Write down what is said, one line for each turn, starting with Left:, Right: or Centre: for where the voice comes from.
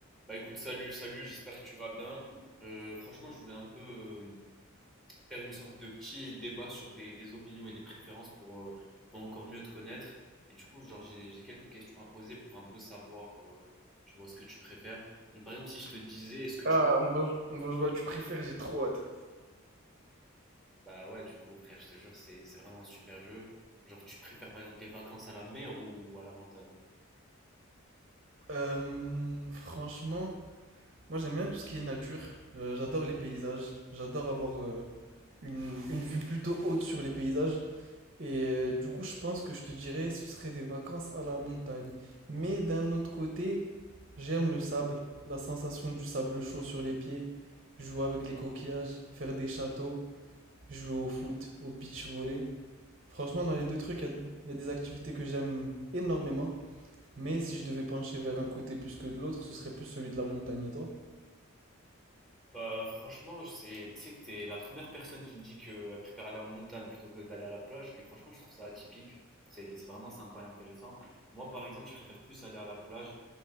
Centre: Bah écoute, salut, salut, j'espère que tu vas bien. Euh, franchement, je voulais un peu euh, faire une sorte de petit débat sur des, des opinions et des préférences pour, euh, pour encore mieux te connaître. Et du coup, genre, j'ai, j'ai quelques questions à poser pour un peu savoir, euh, tu vois, ce que tu préfères. Donc par exemple, si je te disais, est-ce que
Right: Ah,
Centre: tu...
Right: on va, on va jouer à tu préfères, j'ai trop hâte.
Centre: Bah ouais, du coup, frère, je te jure, c'est, c'est vraiment un super jeu. Genre, tu préfères par exemple les vacances à la mer ou à la montagne?
Right: Euh, franchement, moi j'aime bien tout ce qui est nature. Euh, j'adore les paysages. J'adore avoir euh, une, une vue plutôt haute sur les paysages. Et euh, du coup, je pense que je te dirais ce serait des vacances à la montagne. Mais d'un autre côté, j'aime le sable, la sensation du sable chaud sur les pieds, jouer avec les coquillages, faire des châteaux, jouer au foot, au beach volley. Franchement, dans les deux trucs, il y a- il y a des activités que j'aime énormément. Mais si je devais pencher vers un côté plus que de l'autre, ce serait plus celui de la montagne, et toi?
Centre: Bah franchement, c'est, tu sais que t'es la première personne qui me dit qu'elle préfère aller en montagne plutôt que d'aller à la plage. Et franchement, je trouve ça atypique. C'est c'est vraiment sympa et intéressant. Moi, par exemple, je préfère plus aller à la plage.